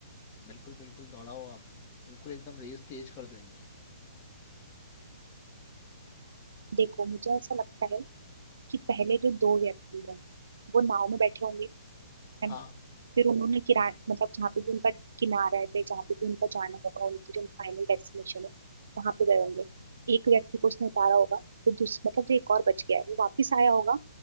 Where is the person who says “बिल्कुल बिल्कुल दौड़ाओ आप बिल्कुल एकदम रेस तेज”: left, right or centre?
Left